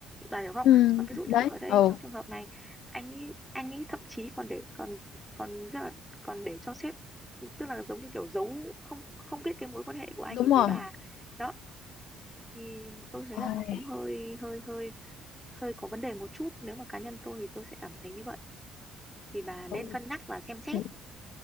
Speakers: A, in the centre; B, on the left.
A: bà hiểu không
B: Ừ,
A: còn ví dụ
B: đấy,
A: như ở đây
B: ừ,
A: trong trường hợp này anh ấy anh ấy thậm chí còn để còn còn còn để cho sếp tức là giống như kiểu giấu không không biết cái mối quan hệ của anh
B: đúng
A: ấy
B: rồi.
A: với bà đó thì tôi thấy là
B: Ôi,
A: nó cũng hơi hơi hơi hơi có vấn đề một chút nếu mà cá nhân tôi thì tôi sẽ cảm thấy như vậy thì bà nên
B: ừ,
A: cân nhắc và xem xét
B: thì,